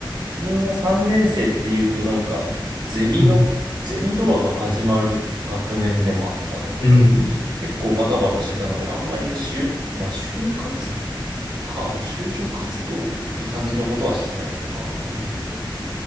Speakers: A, on the right (about 55°); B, on the left (about 65°).
A: 自分は3年生っていうとなんか、ゼミの、
B: うん。
A: ゼミとかが始まる学年でもあったので、
B: うん。
A: 結構バタバタしてたので、あんまり就、まあ就活か、まあ、就職活動って感じのことはしてないかな、あんまり。